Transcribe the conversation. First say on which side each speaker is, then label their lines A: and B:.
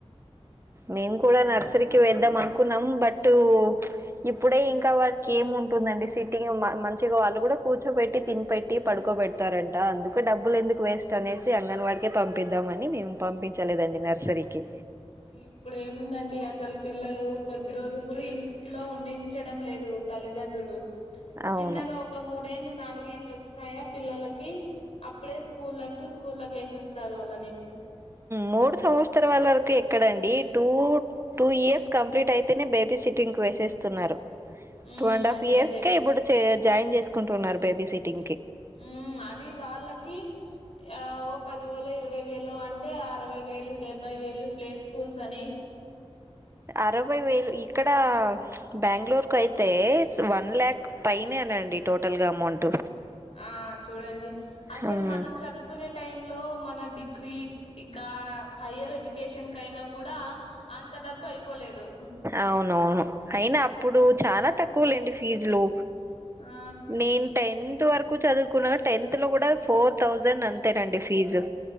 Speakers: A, on the right; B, on the left.
A: మేము కూడా నర్సరీకి వేద్దాం అనుకున్నాం బట్ ఇప్పుడే ఇంకా వాారికి ఏం ఉంటుందండి సిట్టింగ్ మంచిగా వాళ్ళు కూడా కూర్చోబెట్టి తినిపెట్టి పడుకోబెడతారంట అందుకు డబ్బులు ఎందుకు వేస్ట్ అనేసి అంగన్ వాడికే పంపిద్దాంమని మేం పంపించలేదండి నర్సరీకి
B: ఇప్పుడు ఏముందండి అసలు పిల్లలు కొద్ది రోజులు కూడా ఇ లో ఉండించడం లేదు తల్లిదండ్రులు
A: అవును
B: చిన్నగా ఒక మూడేళ్ళు నాలుగ ఏళ్లు వచ్చినాయా పిల్లలకి అప్పుడే స్కూల్ అంటూ స్కూల్కి వేసేస్తారు వాళ్ళని
A: మూడు సంవత్సర వాళ వరకు ఎక్కడండి టూ టూ ఇయర్స్ కంప్లీట్ అయితేనే బేబీ సిటింగ్ వేసేస్తున్నారు
B: ఉమ్
A: టూ అండ్ హాఫ్
B: అదే
A: ఇయర్స్
B: అదే
A: కే ఇప్పుడు జాయిన్ చేసుకుంటు ఉన్నారు బేబీ సిటింగ్ కి
B: ఉ అది వాళ్ళకి ఆ ఓ పదివేలో ఇరవై వేలు అంటే అరవై వేలు డెబ్బై వేలు ప్లస్ స్కూల్స్ అని
A: అరవై వేలు ఇక్కడ బెంగళూరుకు అయితే వన్ ల్యాక్ పైనేనండి టోటల్గా అమౌంట్
B: ఆ చూడండి అసలు
A: హ్మ్
B: మనం చదువుకునే టై లో మన డిగ్రీ ఇంకా హయ్యర్ ఎడ్యుకేషన్ క అయినా కూడా అంత డబ్బు అయిపోలేదు
A: అవునవును అయినా అప్పుడు చాలా తక్కువలుండి ఫీజులు
B: ఆ
A: నేను టెన్త్ వరకు చదువుకున్నా టెన్త్ లో కూడా ఫోర్ థౌజండ్ అంతేనండి ఫీజు